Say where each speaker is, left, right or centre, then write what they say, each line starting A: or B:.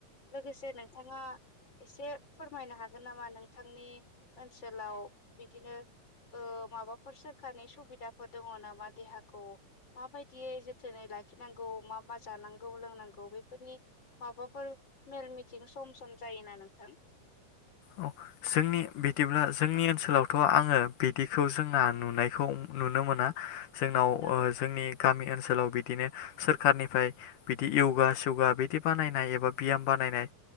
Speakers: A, on the left (about 35°); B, on the left (about 75°).
A: लोगोसे नोंथाङा एसे फोरमायनो हागोन नामा नों थांनि ओनसोलाव बिदिनो माबाफोर सोरखारनि सुबिदाफोर दङ नामा देहाखौ माबायदियै जोथोनै ला खिनांगौ मा मा जानांगौ लोंनांगौ बैफोरनि माबाफोर मेल मिथिं सम सम जायोना नोंथां?
B: औ जोंनि बिदिब्ला जोंनि ओनसोलावथ' आङो बिदिखौ जोंना नुनायखौ नुनो मोना जोंनाव
A: औ
B: जोंनि गामि ओनसोलाव बिदिनो सोरखारनिफ्राय बिदि यगा स्यगा बिदि बानायनाय एबा बियाम बानायनाय